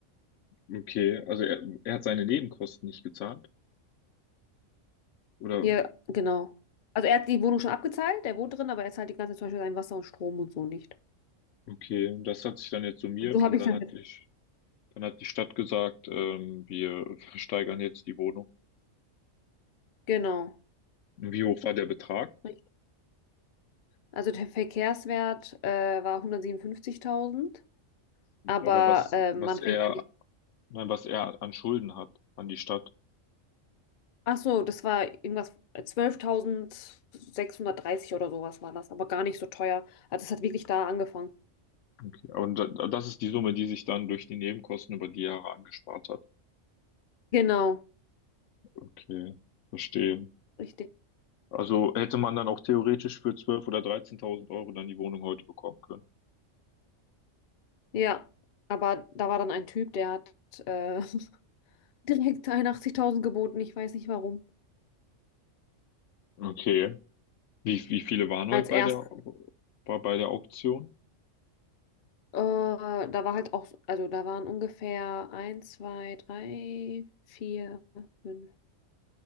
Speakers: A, on the left; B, on the left.
A: Okay, also er, er hat seine Nebenkosten nicht gezahlt, oder?
B: Hier, genau. Also er hat die Wohnung schon abgezahlt, er wohnt drin, aber er zahlt die ganze Zeit zum Beispiel sein Wasser und Strom und so nicht.
A: Okay, und das hat sich dann jetzt summiert
B: So habe
A: und
B: ich
A: dann
B: das
A: hat ich, dann hat die Stadt gesagt, ähm, wir versteigern jetzt die Wohnung.
B: Genau.
A: Wie hoch war der Betrag?
B: richtig. Also der Verkehrswert äh, war 157.000, aber
A: aber was,
B: äh,
A: was
B: man
A: er,
B: fängt ja nicht.
A: nein, was er an Schulden hat an die Stadt.
B: Ach so, das war irgendwas äh, 12.630 oder sowas war das, aber gar nicht so teuer. Also es hat wirklich da angefangen.
A: Okay. Und da, das ist die Summe, die sich dann durch die Nebenkosten über die Jahre angespart hat.
B: Genau,
A: Okay, verstehe.
B: richtig.
A: Also hätte man dann auch theoretisch für 12.000 oder 13.000 Euro dann die Wohnung heute bekommen können.
B: Ja, aber da war dann ein Typ, der hat äh, <laughs> direkt 81.000 geboten, ich weiß nicht warum.
A: Okay. Wie, wie viele waren
B: Als
A: heute bei
B: erstes.
A: der, bei, bei der Auktion?
B: Äh, da war halt auch, also da waren ungefähr 1, 2, 3, 4, fünf.